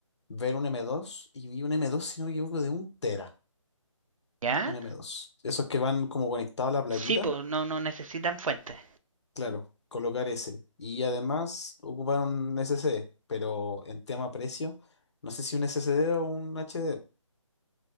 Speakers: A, on the left; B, on the right.
A: ver un m dos y vi un m dos si no me equivoco, de un tera.
B: ¿ya?
A: Un m dos Esos que van como conectados a la plaquita,
B: Sí, pues no, no necesitan fuentes.
A: claro, colocar ese. Y además ocupar un s s d pero en tema precio, no sé si un s s d o un HD.